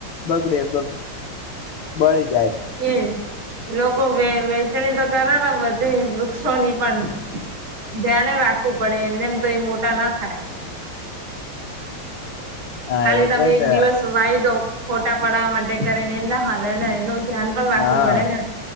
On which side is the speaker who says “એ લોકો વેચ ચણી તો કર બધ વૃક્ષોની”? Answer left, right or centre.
Right